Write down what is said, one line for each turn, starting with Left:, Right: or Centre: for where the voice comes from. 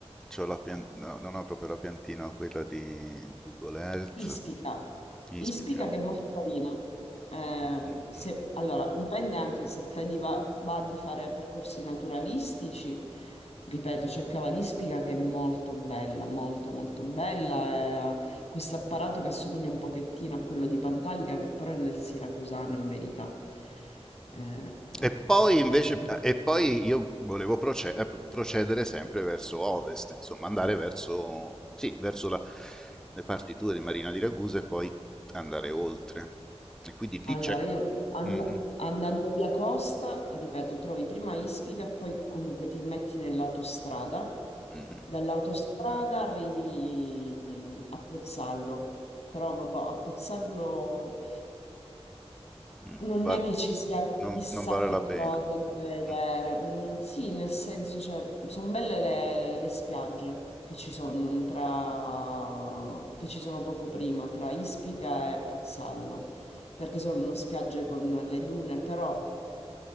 Centre: c'ho la pian no, non ho proprio la piantina, ho quella di Google Earth.
Left: Ispica,
Centre: Ispica.
Left: Ispica che è molto carina. Eh,
Centre: Mh-mh-mh.
Left: se- allora, dipende anche se te di va, va di fare percorsi naturalistici. Ripeto, c'è Cava d'Ispica che è molto bella, molto molto bella. È questo apparato che assomiglia un pochettino a quello di Pantalica, che però è nel siracusano in verità. Eh,
Centre: E poi
Left: eh,
Centre: invece,
Left: eh.
Centre: e poi io volevo proce- eh, procedere sempre verso ovest, insomma, andare verso, sì, verso la- le partiture di Marina di Ragusa e poi andare oltre. E quindi lì
Left: Allora,
Centre: c'è...
Left: io and-
Centre: Mhm,
Left: andando via Costa, ripeto, trovi prima Ispica e poi comunque ti metti nell'autostrada.
Centre: mhm,
Left: Dall'autostrada arrivi a Pozzallo, però vabbè, a Pozzallo.
Centre: mm,
Left: Non
Centre: vale-
Left: è che ci sia
Centre: non,
Left: chissà
Centre: non vale
Left: che
Centre: la pena.
Left: cosa da vedere.
Centre: Mm,
Left: Mm, sì, nel senso, cioè, sono belle le, le spiagge che ci sono
Centre: mm.
Left: tra, che ci sono poco prima, tra Ispica e Pozzallo, perché sono spiagge con le dune, però